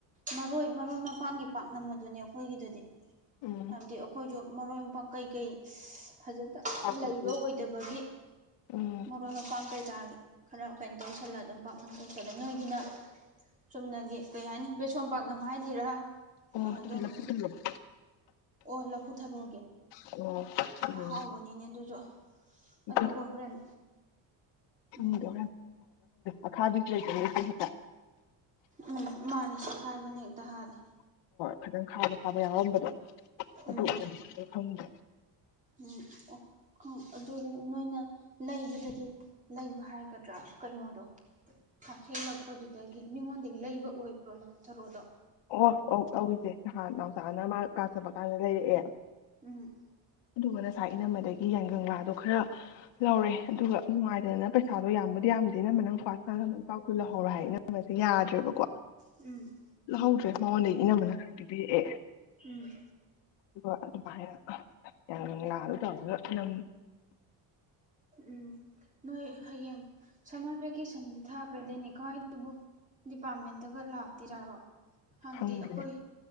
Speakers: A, on the right (about 20°); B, on the left (about 75°).
A: ꯃꯔꯣꯏ ꯃꯔꯣꯏ ꯃꯄꯥꯟꯒꯤ ꯄꯥꯛꯅꯝ ꯑꯗꯨꯅꯤ ꯑꯩꯈꯣꯏꯒꯤꯗꯨꯗꯤ
B: ꯎꯝ
A: ꯍꯥꯏꯕꯗꯤ ꯑꯩꯈꯣꯏꯗꯨ ꯃꯔꯣꯏ ꯄꯥꯛ ꯀꯩ ꯀꯩ ꯐꯖꯅ
B: ꯄꯥꯛꯄꯤꯗꯤ
A: ꯂꯩꯕ ꯑꯣꯏꯗꯕꯒꯤ
B: ꯎꯝ
A: ꯃꯔꯣꯏ ꯃꯄꯥꯡ ꯀꯩꯀꯥꯒꯤ ꯈꯔ ꯀꯩꯅꯣ ꯇꯧꯁꯜꯂꯒ ꯑꯗꯨꯝ ꯄꯥꯛꯅꯝ ꯇꯧꯁꯜꯂꯦ ꯅꯣꯏꯒꯤꯅ ꯆꯨꯝꯅꯒꯤ ꯀꯩ ꯍꯥꯏꯅꯤ ꯕꯦꯁꯣꯟ ꯄꯥꯛꯅꯝ ꯍꯥꯏꯗꯣꯏꯔꯥ
B: ꯑꯣ ꯑꯗꯨꯗꯤ
A: ꯑꯗꯨꯝ
B: ꯂꯐꯨ ꯊꯣꯡꯉꯕ
A: ꯑꯣ ꯂꯐꯨ ꯊꯔꯣ
B: ꯑꯣ ꯎꯝ
A: ꯑꯍꯥꯎꯕꯅꯤꯅꯦ ꯑꯗꯨꯁꯨ
B: <unintelligible>
A: ꯑꯗꯨꯒ ꯍꯣꯔꯦꯟ
B: ꯈꯪꯗꯦ
A: ꯎꯝ
B: ꯑꯈꯥꯕꯤꯁꯨ ꯂꯩꯗꯅ ꯏꯆꯦ ꯍꯦꯛꯇ
A: ꯎꯝ ꯃꯥꯟꯂꯦ ꯁꯈꯥꯏꯕꯅ ꯍꯦꯛꯇ ꯍꯥꯜꯂꯦ
B: ꯐꯖꯟꯅ ꯈꯥꯕ ꯈꯥꯕ ꯌꯥꯎꯔꯝꯕꯗꯣ ꯑꯗꯨ
A: ꯎꯝ
B: ꯁꯤꯗꯗꯤ ꯐꯪꯗꯦ
A: ꯎꯝ ꯑꯣ ꯑꯗꯨꯗꯤ ꯅꯣꯏꯅ ꯂꯩꯕꯗꯗꯤ ꯂꯩꯕ ꯍꯥꯏꯒꯗ꯭ꯔꯥ ꯀꯩꯅꯣꯗꯣ ꯀꯩꯊꯦꯜꯂꯛꯄꯗꯨꯗꯒꯤ ꯃꯤꯉꯣꯟꯗꯒꯤ ꯂꯩꯕ ꯑꯣꯏꯕ꯭ꯔꯣ ꯊꯥꯔꯣꯗꯥ
B: ꯑꯣ ꯑꯣ ꯑꯩ ꯏꯁꯦ ꯅꯍꯥꯟ ꯅꯥꯎꯆꯥꯥꯅ ꯃꯥ ꯀꯥꯂ꯭ꯁ ꯆꯠꯄ ꯀꯥꯟꯗ ꯂꯩꯔꯛꯑꯦ
A: ꯎꯝ
B: ꯑꯗꯨꯒ ꯉꯁꯥꯏ ꯏꯅꯝꯃꯗꯒꯤ ꯌꯥꯏꯉꯪ ꯂꯥꯗꯣ ꯈꯔ ꯂꯧꯔꯦ ꯑꯗꯨꯒ ꯅꯨꯡꯉꯥꯏꯇꯗꯗꯅ ꯄꯩꯁꯥꯗꯣ ꯌꯥꯝꯕꯨꯗꯤ ꯌꯥꯝꯗꯦꯅ ꯏꯅꯃꯝꯃ ꯅꯪ ꯀꯋꯥꯆꯅꯕ ꯂꯨꯄ ꯀꯨꯟ ꯂꯧꯍꯧꯔꯣ ꯍꯥꯏꯔꯦ ꯏꯅꯝꯃꯅꯁꯨ ꯌꯗ꯭ꯔꯦꯕꯀꯣ
A: ꯎꯝ
B: ꯂꯍꯧꯗ꯭ꯔꯦ ꯃꯉꯣꯟꯗꯒꯤ ꯏꯅꯝꯃꯅ ꯄꯤꯕꯤꯔꯛꯑꯦ
A: ꯎꯝ
B: ꯑꯗꯨꯒ ꯑꯗꯨꯃꯥꯏ ꯌꯥꯏꯉꯪ ꯂꯥꯗꯣ ꯇꯧꯔꯒ ꯅꯝ
A: ꯎꯝ ꯅꯣꯏ ꯍꯩꯌꯦꯡ ꯁꯝꯍꯥꯠꯄꯒꯤ ꯑꯩꯗꯤ ꯁꯟꯗꯦꯗ ꯊꯥꯒꯔꯗꯧꯅꯤ ꯀꯥꯏꯗꯕꯨ ꯗꯤꯄꯥ꯭ꯔꯠꯃꯦꯟꯇꯒ ꯂꯥꯛꯇ꯭ꯔꯤ ꯖꯠꯔꯣ ꯍꯥꯟꯗꯤ
B: ꯈꯪꯗꯦꯅꯦ
A: ꯑꯩꯈꯣꯏ